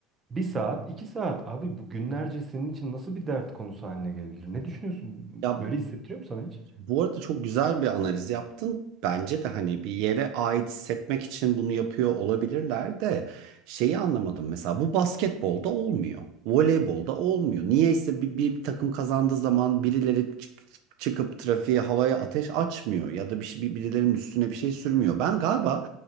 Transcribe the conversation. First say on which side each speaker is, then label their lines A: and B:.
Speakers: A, on the right (about 25°); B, on the right (about 65°).
A: bir saat, 2 saat abi bu günlerce senin için nasıl bir dert konusu haline gelebilir? Ne düşünüyorsun?
B: Ya
A: Böyle hissettiriyor mu sana hiç?
B: Bu arada çok güzel bir analiz yaptın. Bence de hani bir yere ait hissetmek için bunu yapıyor olabilirler de şeyi anlamadım. Mesela bu basketbolda olmuyor. Voleybolda olmuyor. Niyeyse bir, bir takım kazandığı zaman birileri çık- çıkıp trafiğe havaya ateş açmıyor ya da bir, şey- bir- birilerinin üstüne bir şey sürmüyor. Ben galiba